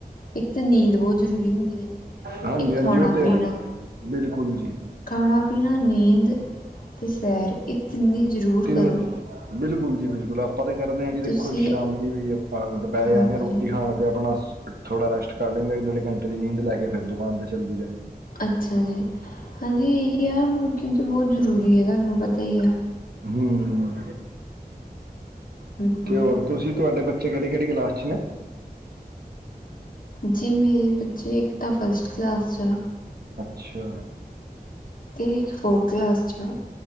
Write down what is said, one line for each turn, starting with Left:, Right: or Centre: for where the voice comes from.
Left: ਇੱਕ ਤਾਂ ਨੀਂਦ ਬਹੁਤ ਜ਼ਰੂਰੀ ਹੁੰਦੀ ਹੈ ਜੀ
Right: ਹਾਂਜੀ
Left: ਇੱਕ
Right: ਹਾਂਜੀ
Left: ਖਾਣਾ
Right: ਉਹ ਤੇ
Left: ਪੀਣਾ
Right: ਹੈ ਹੀ ਹੈ ਬਿਲਕੁਲ ਜੀ
Left: ਖਾਣਾ ਪੀਣਾ ਨੀਂਦ ਤੇ ਸੈਰ ਇਹ ਤਿੰਨੇ ਜ਼ਰੂਰ
Right: ਤਿੰਨੇ
Left: ਕਰੋ
Right: ਤਿੰਨੇ ਬਿਲਕੁਲ ਜੀ ਬਿਲਕੁਲ ਆਪ ਆਪਾਂ ਤਾਂ ਕਰਦੇ ਹਾਂ ਜੀ ਦੇਖੋ
Left: ਤੁਸੀਂ
Right: ਸ਼ਾਮੀ ਵੀ ਆਪਾਂ ਦੁਪਹਿਰੇ
Left: ਹਾਂਜੀ
Right: ਆਨੇ ਆ ਰੋਟੀ ਖਾਣ ਤੇ ਆਪਣਾ ਥੋੜਾ ਰੈਸਟ ਕਰ ਲੈਂਦੇ ਇੱਕ ਡੇਢ ਘੰਟੇ ਦੀ ਨੀਂਦ ਲੈ ਕੇ ਫਿਰ ਦੁਕਾਨ ਤੇ ਚੱਲਜੀ ਦਾ
Left: ਅੱਛਾ ਜੀ ਹਾਂਜੀ ਇਹੀ ਆ ਕਿਉਂਕਿ ਬਹੁਤ ਜ਼ਰੂਰੀ ਹੈ ਤੁਹਾਨੂੰ ਪਤਾ ਹੀ ਆ
Right: ਹੂੰ
Left: ਹਮ ਹਮ
Right: ਤੇ ਹੋਰ ਤੁਸੀਂ ਤੁਹਾਡੇ ਬੱਚੇ ਕਿਹੜੀ ਕਿਹੜੀ ਕਲਾਸ 'ਚ ਨੇ
Left: ਜੀ ਮੇਰੇ ਬੱਚੇ ਇੱਕ ਤਾਂ ਫਸਟ ਕਲਾਸ 'ਚ ਆ
Right: ਅੱਛਾ
Left: ਅਤੇ ਇੱਕ ਫੋਰਥ ਕਲਾਸ 'ਚ ਆ